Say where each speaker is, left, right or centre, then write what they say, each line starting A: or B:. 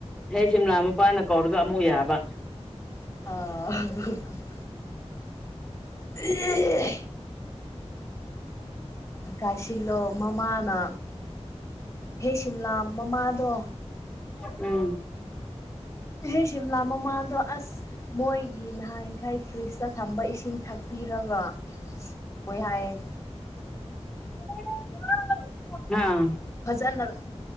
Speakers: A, in the centre; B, on the left.
A: ꯍꯦꯛ ꯁꯤꯝꯂꯥ ꯃꯄꯥꯅ ꯀꯧꯔꯒ ꯑꯃꯨꯛ ꯌꯥꯕ
B: <unintelligible> <unintelligible> ꯒꯥꯏꯁꯤꯜꯂꯣ ꯃꯃꯥꯅ ꯍꯦ ꯁꯤꯝꯂꯥ ꯃꯃꯥꯗꯣ
A: ꯎꯝ
B: ꯏꯍꯦ ꯁꯤꯝꯂꯥ ꯃꯃꯥꯗꯣ ꯑꯁ ꯃꯣꯏꯒꯤ ꯅꯍꯥꯟꯈꯩ ꯐ꯭ꯔꯤꯖꯇ ꯊꯝꯕ ꯏꯁꯤꯡ ꯊꯛꯄꯤꯔꯒ ꯍꯣꯏ ꯍꯥꯏꯌꯦ
A: <unintelligible> ꯍꯥꯥ
B: ꯐꯖꯅ